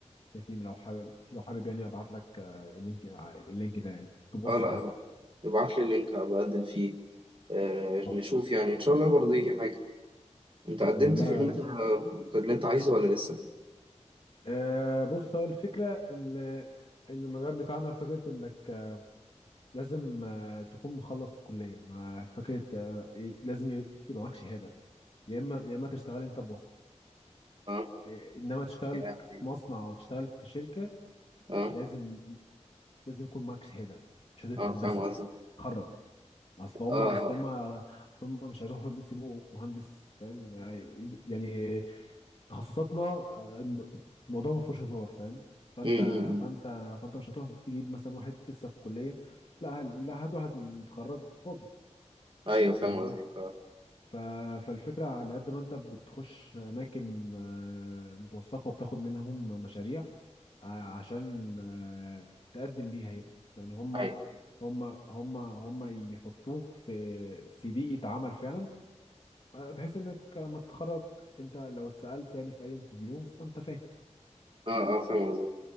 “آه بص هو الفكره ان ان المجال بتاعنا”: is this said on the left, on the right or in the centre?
Left